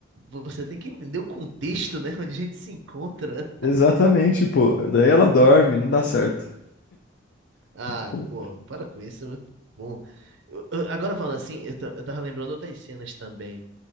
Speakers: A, on the right; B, on the left.
A: Você tem que entender o contexto, né? Onde a gente se encontra.
B: Exatamente, pô. Daí ela dorme, não dá certo.
A: Ah,
B: Pô,
A: pô, para com isso, é muito bom. Eu- eu- agora falando assim, eu, ta- eu tava lembrando outras cenas também.